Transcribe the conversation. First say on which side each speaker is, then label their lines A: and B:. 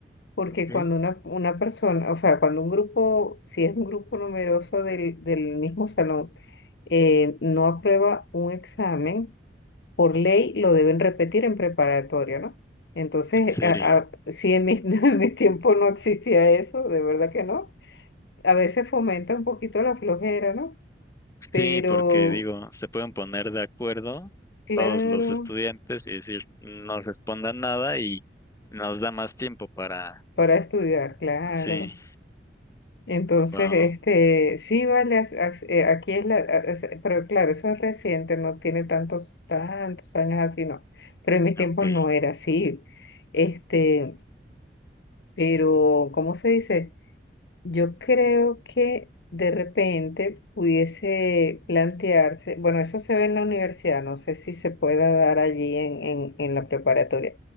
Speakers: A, on the left; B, on the left.
A: porque
B: Ok.
A: cuando una, una persona, o sea, cuando un grupo, si es un grupo numeroso del, del mismo salón, eh, no aprueba un examen, por ley lo deben repetir en preparatoria, ¿no? Entonces,
B: ¿En serio?
A: a- a- si en mi, <laughs> en mi tiempo no existía eso, de verdad que no. A veces fomenta un poquito la flojera, ¿no? Pero,
B: Sí, porque digo, se pueden poner de acuerdo
A: claro,
B: todos los estudiantes y decir, no respondan nada y nos da más tiempo para...
A: para estudiar, claro.
B: ah, Sí,
A: Entonces,
B: wow,
A: este, sí, vale, as- as- eh, aquí es la, a- es- pero claro, eso es reciente, no tiene tantos, tantos años así, no. Pero en mis
B: ok.
A: tiempos no era así. Este, pero, ¿cómo se dice? Yo creo que de repente pudiese plantearse, bueno, eso se ve en la universidad, no sé si se pueda dar allí en, en, en la preparatoria,